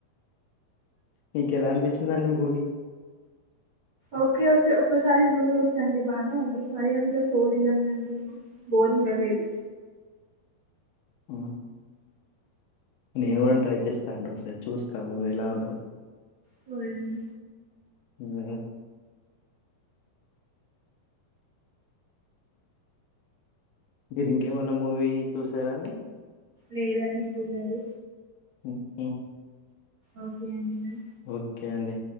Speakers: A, on the left; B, on the right.
A: మీకెలా అన్పించిందండి మూవీ
B: ఓకే ఓకే ఒకసారి జూడోచ్చండి బానే ఉంది మరి అంత సోదిగాని అనిపియ్యలే బోరింగ లేదు.
A: ఆ నేను గుడం ట్రై చేస్తా అండి ఒక్సారి చూస్తా మూవెలా ఉంటదో
B: పోయెమ్
A: నిజంగా మీరింకేమన్న మూవీ చూసారా అండి.
B: లేదండి చూడ్లేదు.
A: <unintelligible>
B: ఓకే అండి మరి
A: ఓక్కే అండి.